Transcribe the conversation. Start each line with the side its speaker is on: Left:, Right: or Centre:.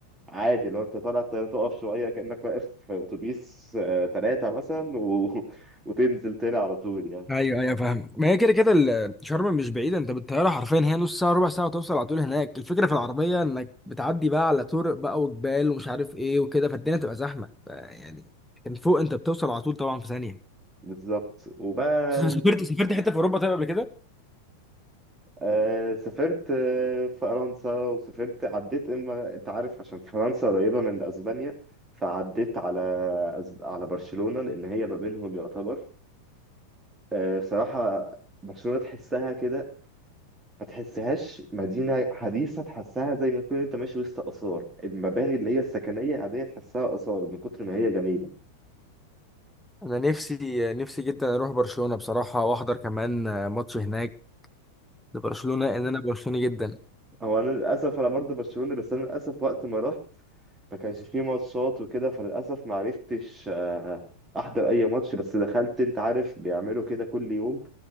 Right: عادي لو انت طالع الطيارة تقف شوية كأنك واقف في اتوبيس آه، تلاتة مثلا و... <laughs> وتنزل تاني على طول يعني
Centre: ايوه ايوه فاهمك ما هي كده كده ال- شرم مش بعيده انت بالطياره حرفيا هي نص ساعه ربع ساعه وتوصل على طول هناك الفكره في العربيه انك بتعدي بقى على طرق بقى وجبال ومش عارف ايه وكده فالدنيا تبقى زحمه ف- يعني كان فوق انت بتوصل على طول طبعا في ثانيه
Right: بالظبط وبقى
Centre: سافرت سافرت حته في اوروبا طيب قبل كده
Right: آه، سافرت آه، فرنسا وسافرت عديت اما انت عارف عشان فرنسا قريبة من اسبانيا فعديت على أسب... على برشلونة لان هي ما بينهم يعتبر آه، بصراحة برشلونة تحسها كده ما تحسهاش مدينة حديثة تحسها زي ما تكون انت ماشي وسط آثار المباني اللي هي السكنية العادية تحسها آثار من كتر ما هي جميلة
Centre: انا نفسي نفسي جدا اروح برشلونة بصراحة واحضر كمان ماتش هناك لبرشلونة ان انا برشلوني جدا
Right: هو انا للاسف انا برضه برشلونة بس انا للاسف وقت ما رحت ما كانش فيه ماتشات وكده فللأسف ما عرفتش آه، أحضر أي ماتش بس دخلت أنت عارف بيعملوا كده كل يوم